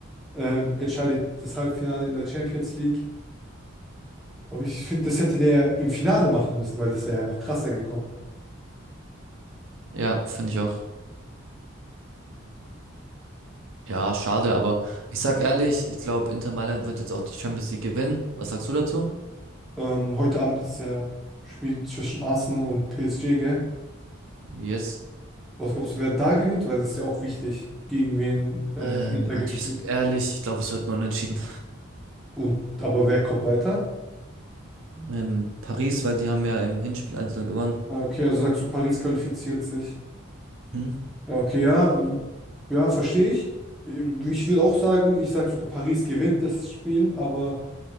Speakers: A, in the centre; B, on the right (about 70°).
A: äh, entscheidet das Halbfinale in der Champions League. Aber ich finde, das hätte der im Finale machen müssen, weil das wäre ja noch krasser gekommen.
B: Ja, finde ich auch. Ja, schade, aber ich sag ehrlich, ich glaube, Inter Mailand wird jetzt auch die Champions League gewinnen. Was sagst du dazu?
A: Ähm, heute Abend ist ja Spiel zwischen Arsenal und PSG, gell?
B: Yes.
A: Was glaubst du, wer da gewinnt? Weil das ist ja auch wichtig, gegen wen äh,
B: Ähm,
A: Inter
B: also
A: gespielt.
B: ich sag ehrlich, ich glaube, es wird nur unentschieden.
A: Und aber wer kommt weiter?
B: Ähm, Paris, weil die haben ja im Hinspiel 1-0 gewonnen.
A: Ah, okay, also sagst du, Paris qualifiziert sich.
B: Mhm.
A: Ja, okay, ja, ähm, ja, verstehe ich. Ähm, Ich würde auch sagen, ich sage sogar, Paris gewinnt das Spiel, aber